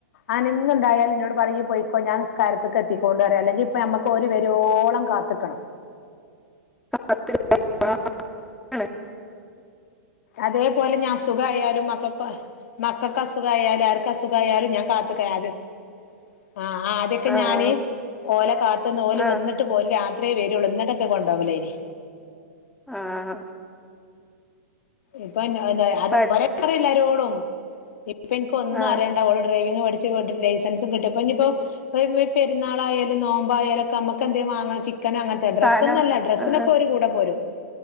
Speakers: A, on the left (about 65°); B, in the centre.
A: അനെ എന്തുണ്ടായാലും ഇന്നോട് പറയും ഇയ്യ് പോയിക്കോ ഞാൻ നിസ്കാരത്ത്ക്ക് എത്തിക്കോണ്ട് റിയും അല്ലെങ്കിൽ ഇപ്പ നമ്മക്ക് ഒല് വരോളം. കാത്ത്ക്കണം.
B: <inaudible>
A: അതേപോലെ ഞാൻ അസുഖായാലും മക്കൾ മക്കൾക്ക് അസുഖായാലും ആർക്കും. അസുഖായാലും ഞാൻ കാത്ത്ക്കാ <unintelligible> ആഹ് ആദ്യക്കെ
B: ആഹ്
A: ഞാന് ഓലെ കാത്ത്ന്ന് ഓല്
B: ആഹ്
A: വന്ന്ട്ട്. ട്ട് പോ രാത്രിയെ വരൂള്ളൂ എന്നിട്ടൊക്കെ കൊണ്ടോകലേനി.
B: ആഹ്.
A: ഇപ്പൊ എന്താ
B: പഠിച്ച്
A: ഒര അറിയില്ലരോടും ഇപ്പ ഇന്ക്ക് ഒന്നും
B: ആഹ്
A: അറിയണ്ടാ ഓൾ ഡ്രൈവിംഗ് പഠി <unintelligible> ലൈസൻസും കിട്ടും അപ്പൊനിപ്പോ ഉപ്പെ ഉമ്മേം ഒരു പെരുന്നാളായാലും നോമ്പായാലൊക്കെ നമുക്കെന്തേ വാങ്ങ ചിക്കനാ അങ്ങൻ ത്തെ ഡ്രസ്വന്നല്ല
B: സാനം
A: ഡ്രസ്സിനൊക്കെ
B: ആഹ്
A: ഓര് കൂടെ പോരും